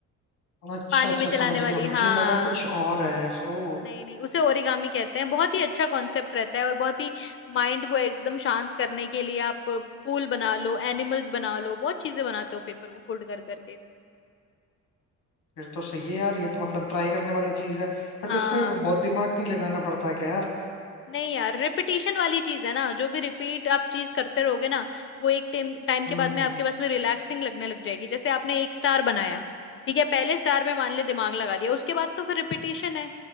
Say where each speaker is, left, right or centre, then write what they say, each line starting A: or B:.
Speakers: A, on the left; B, on the left.
A: अच्छा
B: पानी
A: अच्छा
B: में चलाने
A: समझ
B: वाली
A: गया मुझे
B: हाँ
A: लगा कुछ और है हो
B: नहीं नहीं उसे ओरिगामी कहते हैं बहुत ही अच्छा कॉन्सेप्ट रहता है और बहुत ही माइंड को एकदम शांत करने के लिए आप फूल बना लो एनिमल्स बना लो बहुत चीजें बनाते हो पेपर को फोल्ड कर करके
A: फिर तो सही है यार ये तो मतलब ट्राई करने वाली चीज है बट
B: हाँ
A: उसमें वो बहुत दिमाग नहीं लगाना पड़ता क्या यार
B: नहीं यार रिपीटिशन वाली चीज है ना जो भी रिपीट आप चीज करते रहोगे ना वो एक टाइम टाइम के
A: हम्म
B: बाद में आपके पास में रिलैक्सिंग लगने लग जाएगी जैसे आपने एक स्टार बनाया ठीक है पहले स्टार में मान ले दिमाग लगा दिया उसके बाद तो फिर रिपीटिशन है